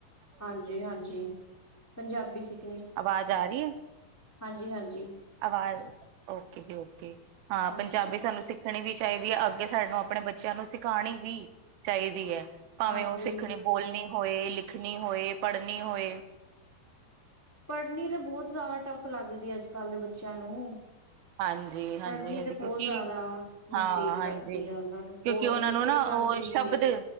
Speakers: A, on the left (about 15°); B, on the right (about 75°).
A: ਹਾਂਜੀ -ਹਾਂਜੀ, ਪੰਜਾਬੀ ਸਿੱਖ
B: ਆਵਾਜ਼ ਆ ਰੀ ਐ?
A: ਹਾਂਜੀ- ਹਾਂਜੀ।
B: ਆਵਾਜ਼ ਓਕੇ ਜੀ ਓਕੇ ਹਾਂ
A: ਹਾਂਜੀ,
B: ਪੰਜਾਬੀ ਸਾਨੂੰ ਸਿੱਖ ਸਿੱਖਣੀ ਵੀ ਚਾਹੀਦੀ ਹੈ ਅੱਗੇ ਸਾਡੇ ਨੂੰ ਆਪਣੇ ਬੱਚਿਆਂ ਨੂੰ ਸਿਖਾਉਣੀ ਵੀ ਚਾਹੀਦੀ ਹੈ। ਭਾਵੇਂ
A: ਹਾਂਜੀ।
B: ਉਹ ਸਿੱਖਣੀ ਬੋਲਣੀ ਹੋਏ, ਲਿਖਣੀ ਹੋਏ, ਪੜ੍ਹਨੀ ਹੋਏ
A: ਪੜ੍ਹਨੀ ਤਾਂ ਬਹੁਤ ਜ਼ਿਆਦਾ ਟਫ ਲੱਗਦੀ ਹੈ, ਅੱਜ ਕੱਲ੍ਹ ਦੇ ਬੱਚਿਆਂ ਨੂੰ।
B: ਹਾਂਜੀ- ਹਾਂਜੀ-
A: ਪੜ੍ਹਨੀ
B: ਹਾਂਜੀ
A: ਤੇ ਬਹੁਤ
B: ਕਿਉਂਕਿ
A: ਜ਼ਿਆਦਾ ਮਿਸਟੇਕ
B: ਹਾਂ ਹਾਂਜੀ।
A: ਲੱਗਦੀ ਆ
B: ਕਿਉਂਕਿ
A: ਉਹਨਾਂ ਨੂੰ ਬਹੁ
B: ਉਹਨਾਂ
A: ਮਿਸਟੇਕ
B: ਨੂੰ ਨਾ
A: ਆਉਂਦੀ
B: ਉਹ ਸ਼ਬਦ
A: ਵੀ ਹੈ